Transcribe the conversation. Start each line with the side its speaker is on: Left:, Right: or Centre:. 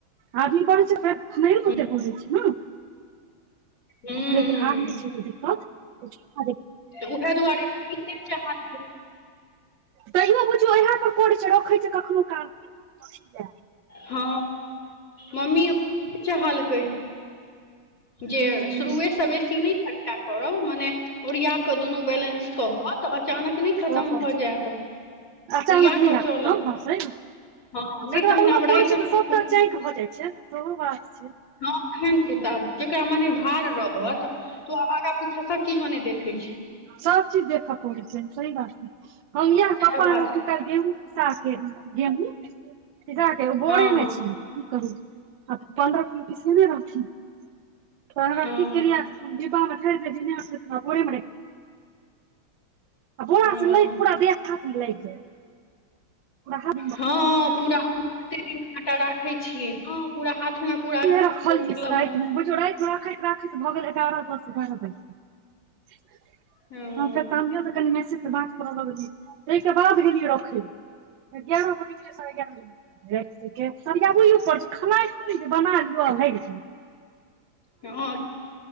Right: हमायो
Left: हूँ
Right: पोथिया बलै छी ने
Left: हूँ
Right: लेकिन आब नहि छै। किछो केदिक्कत
Left: तऽ उएह दुआरे क चाहै
Right: तैयो बुझियौ इएह पर करै छै। रखैत छै कखनो काल जाय
Left: हँ मम्मी अपनो चाहलकै जे
Right: हुं
Left: शुरुएसँ बेसी नहि खर्चा करब मने ओरिया कऽ दुनू बैलेंस कऽ कऽ तऽ अचानक नहि खतम
Right: कऽ कऽ
Left: भऽ जायत ओरिया
Right: अचानक नहि
Left: कऽ
Right: हैती
Left: चलब
Right: खतम हँ सही बात
Left: हँ नहि
Right: जकरा
Left: तहन
Right: बौआ
Left: आब रातिमे
Right: पड़ै छै, तऽ सबटा चैंक भऽ जाइ छै, सेहो बात छै।
Left: हँ एहन किताब जेकरा मने भार रहत तऽ ओ आबारा किछो सब चीज मने देखै
Right: सब चीज देखऽ पड़ैत छै। सही बात अइ कहिया
Left: सएह
Right: पप्पा
Left: बात
Right: अनलखिन
Left: छै
Right: तगेहूँ पीसा के गेहुँ पीसा के ओ बोरे
Left: हँ हँ
Right: मे छै की करू आ पन्द्रह किलो पीसेने रहथिन त
Left: हँ
Right: की सुी भावठ द घोे मने <unintelligible> आबोरा
Left: हँ
Right: से नहि पूरा देह हाथ मेलैग जायत ओरा त ह
Left: हँ पूरा कते दिन आटा राखै छियै ने पूरा हाथमे पूरा
Right: रखलियै
Left: मतलब
Right: साइडमे बुझियौ राइतमे राखैत राखैत भऽ गेल एगारह दस एगारह बाजि गेल
Left: हँ
Right: ह त तानियो तऽ कनि मैसेज से बात करऽ लगलियै छै तहिके बाद गेलियै रखैले एग्यारह बजैत रहै साढ़े एग्यारह सरियाबिही पर जे खेनाइ थोरही छै बनाइ <unintelligible> ब भैगेलै <inaudible>
Left: हँ